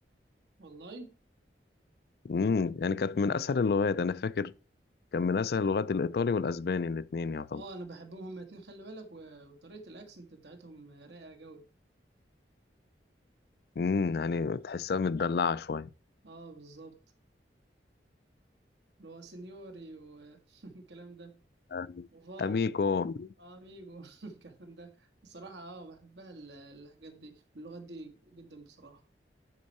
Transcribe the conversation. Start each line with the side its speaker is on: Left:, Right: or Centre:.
Right: والله
Left: امم يعني كانت من اسهل اللغات انا فاكر كان من اسهل اللغات الايطالي والاسباني الاثنين يعتبر
Right: اه انا بحبهم هما الاتنين خلي بالك و- وطريقة الاكسنت بتاعتهم رايقة جوي
Left: امم يعني تحسها متدلعه شويه
Right: اه بالظبط اللي هو سينيوري والكلام <laughs> ده
Left: يعني
Right: وفامو
Left: اميكو
Right: اميجو <laughs> الكلام ده بصراحة اه بحبها ال- الحاجات دي واللغات دي جدا بصراحة